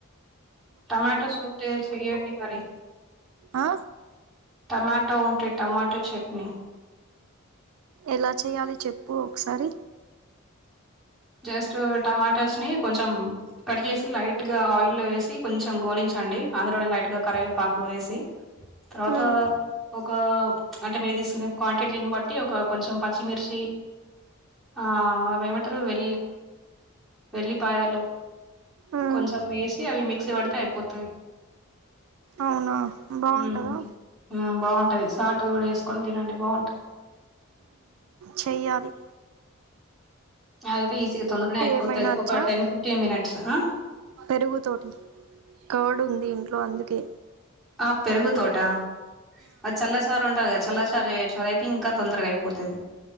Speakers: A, in the centre; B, on the right.
A: టమాటోస్ ఉంటే చెయ్యండి. మరి
B: ఆ
A: టమాటో ఉంటే టమాటో చెట్ ఓ
B: ఎలా చేయాలి. చెప్పు ఒకసారి
A: జస్ట్ టమాటోస్ ని కొంచెం కట్ చేసి లైట్ గా ఆయిల్లో వేసి కొంచెం గోలించండి. అందులోనే లైట్ గా కరివేపాకు వేసి తర్వాత
B: మ్మ్
A: ఒక అంటే మీరు తీసుకునే క్వాంటిటీ బట్టి ఒక కొంచెం. పచ్చిమిర్చి ఆ అవి ఏమంటారు, వె వెల్లిపాయలు.
B: మ్మ్
A: కొంచెం వేసి అవి మిక్సీ పడితే అయిపోతది.
B: అవునా బాగుంటదా
A: ఉమ్ ఉమ్ బాగుంటది సాల్ట్. టూ డేస్కని తినండి బాగుంటాంది.
B: చేయ్యాలి.
A: అదయితే ఈజీగా తొందరగానే అయిపోతది
B: ఏమైనా అచ్చా
A: ఒక టెన్ ఫిఫ్టీన్ మినిట్స్ ఆ
B: పెరుగుతోటి కర్డ్ ఉంది ఇంట్లో అందుకే
A: ఆ పెరుగు తోటి ఆ చల్లచారు ఉంటది గా చల్లచార్ సరేయచ్చు అదయితే ఇంకా తొందరగా అయిపోతది.